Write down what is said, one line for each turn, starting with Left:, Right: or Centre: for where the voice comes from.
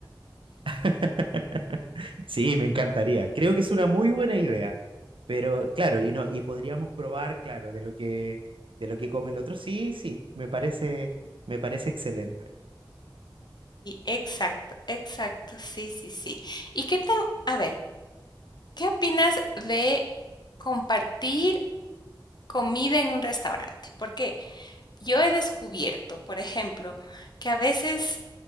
Right: <laughs> Sí, me encantaría. Creo que es una muy buena idea. Pero claro, y no, y podríamos probar, claro, de lo que de lo que come el otro. Sí, sí, me parece, me parece excelente.
Left: Y exacto, exacto, sí, sí, sí. ¿Y qué tan, a ver, qué opinas de compartir comida en un restaurante? Porque yo he descubierto, por ejemplo, que a veces